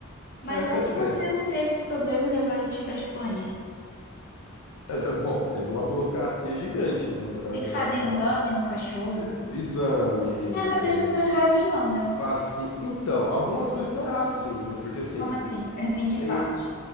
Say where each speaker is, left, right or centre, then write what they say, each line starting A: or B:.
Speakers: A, on the left (about 45°); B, on the left (about 80°).
A: Mas
B: Essa
A: aí
B: é a diferença.
A: você não teve problema em levar eles pra Espanha?
B: É, é, Bom, teve uma burocracia gigante, né, Pra trazer
A: Tem que fazer
B: pra cá,
A: exame no cachorro,
B: É,
A: né?
B: exame,
A: É, mas
B: é,
A: eles não estão errados não, né?
B: Vacina. Então, algumas coisas estão erradas, sim, viu? Porque assim,
A: Como assim? <laughs> É assim que
B: tem
A: parte.